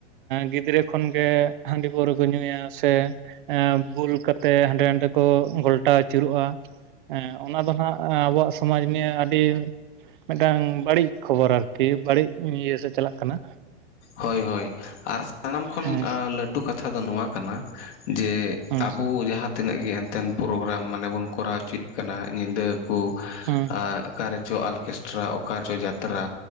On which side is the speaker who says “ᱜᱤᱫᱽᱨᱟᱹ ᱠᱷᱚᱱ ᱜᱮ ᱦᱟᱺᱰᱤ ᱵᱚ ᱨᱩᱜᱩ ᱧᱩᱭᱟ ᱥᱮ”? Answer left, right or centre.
Right